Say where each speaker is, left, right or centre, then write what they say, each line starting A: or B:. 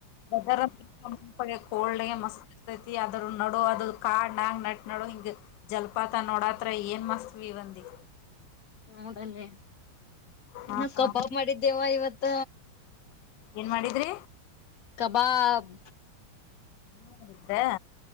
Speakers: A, on the left (about 75°); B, on the left (about 45°).
A: ವೆಥೇರ್ ತಂಪಗೆ ಕೋಲ್ಡ್ಗೆ ಮಸ್ತ್ ಇರ್ತದ. ಇರತೈತಿ ಅದ್ರ ನಡುವ ಅದು ಕಾಡ್ನ್ಯಗ ನಟ್ ನಡುವ ಹಿಂಗ್ ಜಲಪಾತ ನೋಡಾತ್ರ ಏನ್ ಮಸ್ತ ವೀವ್. ಅಂದಿ.
B: ನೋಡಲ್ಲಿ
A: ಹಾ
B: ನಾವ್
A: ಹಾ
B: ಕಬಾಬ್ ಮಾಡಿದ್ದೇವಾ ಇವತ್ತ.
A: ಏನ್ ಮಾಡಿದ್ರಿ?
B: ಕಬಾಬ್.
A: ನೀವ್ ಮಾಡಿದ್ರ್ಯಾ?